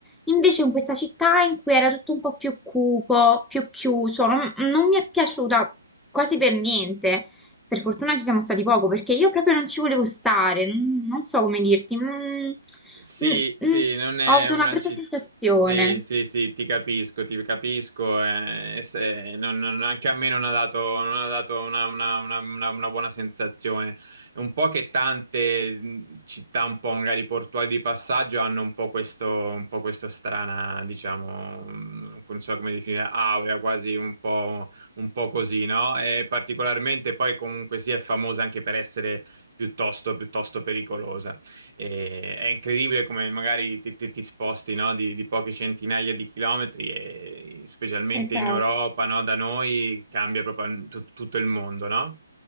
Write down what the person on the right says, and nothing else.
Sì,
sì,
non è
una
città.
Sì, sì, sì, ti capisco, ti capisco. eh, e se- non- non- anche a me non ha dato, non ha dato una, una- una- una- una buona sensazione. È un po' che tante mh, città, un po' magari portuali di passaggio, hanno un po' questo, un po' questo strana, diciamo, mh, non so come definire, aurea, quasi un po', un po' così, no? E particolarmente poi comunque sì, è famosa anche per essere piuttosto, piuttosto pericolosa. E è incredibile come magari ti, ti- ti sposti, no, di, di poche centinaia di chilometri e specialmente
in Europa, no, da noi cambia proprio tut- tutto il mondo, no?